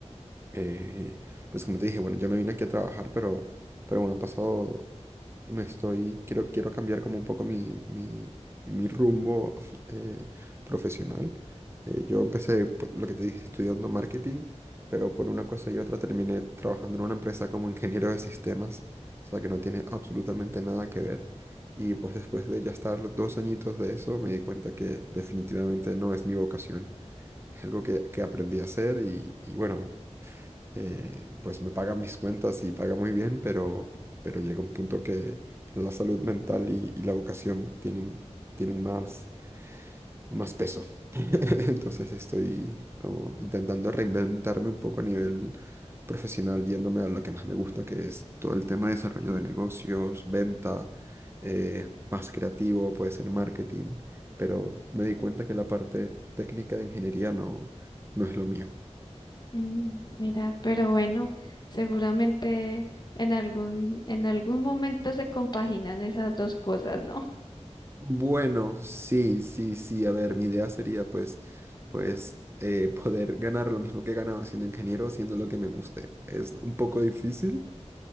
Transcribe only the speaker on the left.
Mm, Mira, pero bueno, seguramente en algún, en algún momento se compaginan esas dos cosas, ¿no?